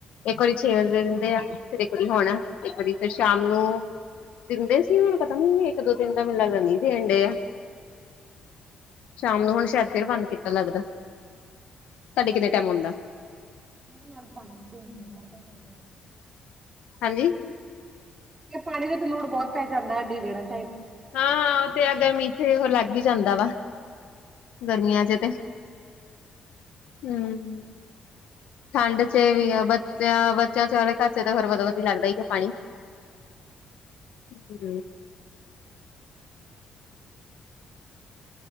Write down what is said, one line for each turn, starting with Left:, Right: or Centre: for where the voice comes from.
Left: ਇੱਕ ਵਾਰੀ ਛੇ ਵਜੇ ਦਿੰਦੇ ਆ ਫਿਰ ਇੱਕ ਵਾਰੀ ਹੋਣਾ ਇੱਕ ਵਾਰੀ ਫਿਰ ਸ਼ਾਮ ਨੂੰ ਦਿੰਦੇ ਸੀ ਮੈਨੂੰ ਪਤਾ ਨੀ ਇੱਕ ਦੋ ਦਿਨ ਦਾ ਮੈਨੂੰ ਲੱਗਦਾ ਨਹੀਂ ਸੀ ਦੇਣ ਡੇ ਆ ਸ਼ਾਮ ਨੂੰ ਹੁਣ ਸ਼ਾਇਦ ਫਿਰ ਬੰਦ ਕੀਤਾ ਲੱਗਦਾ। ਸਾਡੇ ਕਿੰਨੇ ਟਾਈਮ ਹੁੰਦਾ।
Right: ਨਾਲ ਪਾਣੀ ਦੇਦੇ <inaudible>
Left: ਹਾਂਜੀ
Right: ਪਾਣੀ ਦੇ ਵਿੱਚ ਲੋੜ ਬਹੁਤ ਪੈ ਜਾਂਦਾ <unintelligible> ਸਾਡੇ ਜਿਹੜਾ
Left: ਹਾਂ -ਹਾਂ ਉਹ ਤੇ ਆ ਗਰਮੀ 'ਚ ਲੱਗ ਹੀ ਜਾਂਦਾ ਵਾ ਗਰਮੀਆਂ 'ਚ ਤੇ ਹੂੰ। ਠੰਡ 'ਚ ਵੀ ਆ ਬੱਚਿਆਂ ਬੱਚਿਆਂ ਘਰ ਚੇ ਤਾਂ ਫਿਰ ਬਦੋ ਬਦੀ ਲੱਗਦਾ ਹੀ ਹੈ ਪਾਣੀ ਹੂੰ